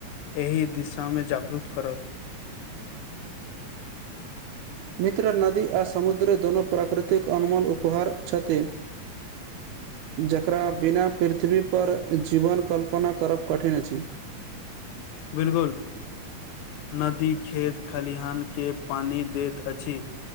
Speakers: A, on the left; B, on the right.
A: एहि दिशामे जागरूत करत
B: मित्र नदी आ समुद्र दोनो प्राकृतिक अनमोल उपहार छथि जकरा बिना पृथ्वीपर जीवन कल्पना करब कठिन अछि।
A: बिल्कुल नदी खेत खलिहान के पानी दैत अछि।